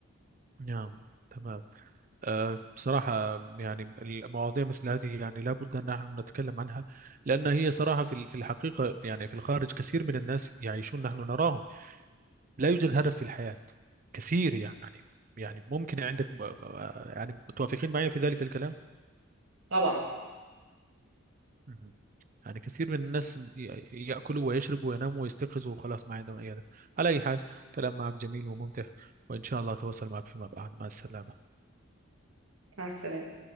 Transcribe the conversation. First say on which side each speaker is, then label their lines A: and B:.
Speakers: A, on the right; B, on the right.
A: نعم تمام أه بصراحة يعني المواضيع مثل هذه يعني لابد أن نحن نتكلم عنها لأن هي صراحة في ال- في الحقيقة يعني في الخارج كثير من الناس يعيشون نحن نراهم لا يوجد هدف في الحياة كثير يعني يعني ممكن عندك يعني متوافقين معي في ذلك الكلام
B: طبعا
A: مهم. يعني كثير من الناس ي- يأكلوا ويشربوا ويناموا ويستيقظوا وخلاص ما عندهم أي هدف على أي حال كلام معك جميل وممتع وإن شاء الله أتواصل معك فيما بعد مع السلامة
B: مع السلامة